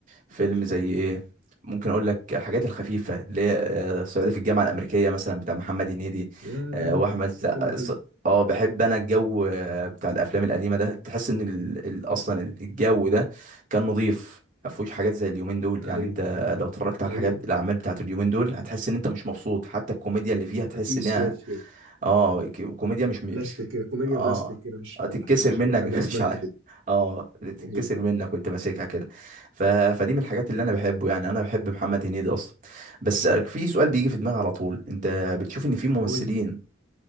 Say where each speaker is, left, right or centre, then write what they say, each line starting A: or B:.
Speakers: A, on the right (about 40°); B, on the right (about 75°).
A: فيلم
B: ماشي
A: زي ايه ممكن اقول لك الحاجات الخفيفه اللي هي آه، صعيدي في الجامعه الامريكيه مثلا بتاع محمد هنيدي
B: ياه
A: آه، واحمد السقا.
B: ده فيلم حلو
A: ص- اه بحب انا الجو آه، بتاع الافلام القديمه ده تحس ان ال... ال... اصلا الجو ده كان نظيف ما فيهوش حاجات زي اليومين دول
B: ايوه
A: يعني انت لو اتفرجت على
B: ايوه
A: الحاجات الاعمال بتاعت اليومين دول هتحس ان انت مش مبسوط حتى الكوميديا اللي فيها تحس
B: في
A: انها
B: اسفاف كده
A: اه ك- كوميديا مش مش
B: بلاستيك كده كوميديا
A: اه
B: بلاستيك كده مش ما
A: تتكسر
B: بنضحكش
A: منك
B: كده حاجه
A: <laughs>
B: اسمنت
A: مش عارف
B: كده
A: اه تتكسر
B: هي.
A: منك وانت ماسكها كده ف... فدي من الحاجات اللي انا بحبه يعني انا بحب محمد هنيدي اصلا بس في سؤال بيجي في دماغي على طول انت بتشوف ان في ممثلين
B: قول لي،